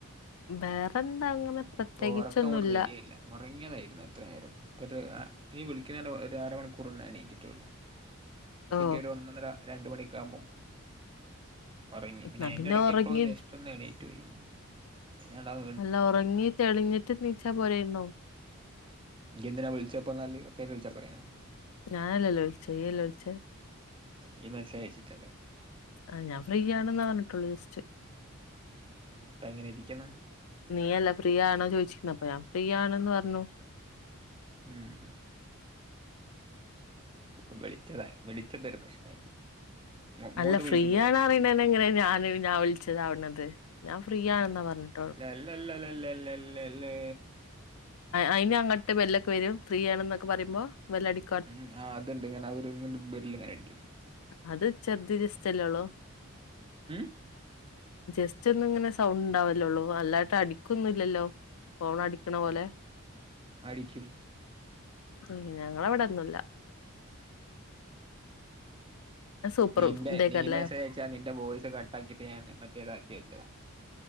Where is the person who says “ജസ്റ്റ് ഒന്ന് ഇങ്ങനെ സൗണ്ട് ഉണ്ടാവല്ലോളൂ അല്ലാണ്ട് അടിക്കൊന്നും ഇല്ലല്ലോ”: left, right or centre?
Left